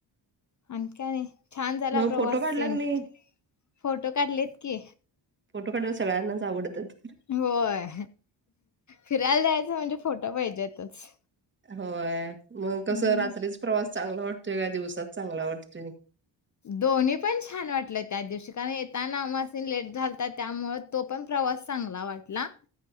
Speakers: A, on the left (about 40°); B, on the right (about 25°).
A: आणखी काही नाही. छान झाला
B: मग
A: प्रवास
B: फोटो काढला
A: सेन
B: की
A: फोटो
B: नाही
A: फोटो काढलेत की
B: फोटो काढायला सगळ्यांनाच आवडतात
A: होय फिरायला जायचं म्हणजे फोटो पाहिजेतच.
B: होय मग कसं
A: हम्म.
B: रात्रीच प्रवास चांगला वाट तेरा दिवसात चांगला वाटतोय.
A: दोन्ही पण छान वाटलं त्या दिवशी कारण येताना अमासिन लेट झालता त्यामुळे तो पण प्रवास चांगला वाटला.